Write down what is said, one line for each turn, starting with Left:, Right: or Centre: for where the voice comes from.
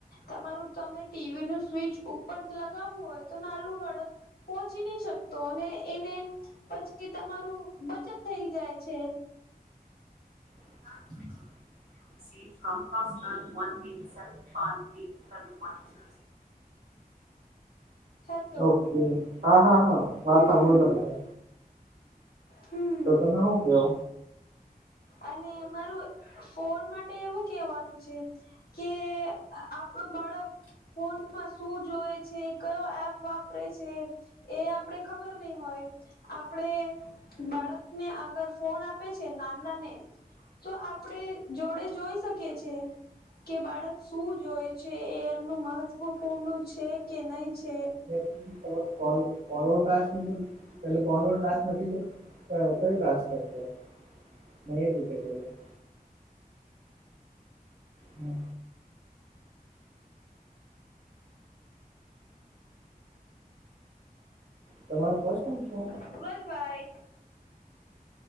Left: તમારું તમે ટીવી નું સ્વિચ ઉપર લગ લાવું હોય તો નાલું બાળક પોહોંચી નહી શકતો અને એને પછી તમારું બચત થઈ જાય છે
Right: હ સીમ આફ ના ઓન એ સ પા એ <unintelligible>
Left: હેલો
Right: ઓકે હા હા હા વાત
Left: હમ
Right: સાંભળું તમારે
Left: હમ
Right: તો તમે શું કેવ
Left: અને મારું ફોન માટે એવું કેવાનું છે કે આપડું બાળક ફોનમાં શું જોય છે કયો એપ વાપરે છે એ આપડે ખબર નહ હોય આપડે બાળકને આગર ફોન આપે છે ના તો આપડ જોડે જોઈ શકીએ છેી કે બાળક શું જોય છે એ એમનું મહત્વપૂર્ણ છે કે નહી છે
Right: કો કો પે કોાસ નથી <unintelligible> કત ભસ કરતી નહી કછ કરું <unintelligible> હમ તમારું ફર્સ્ટ સેમ છે આ
Left: સૂરજભાઈ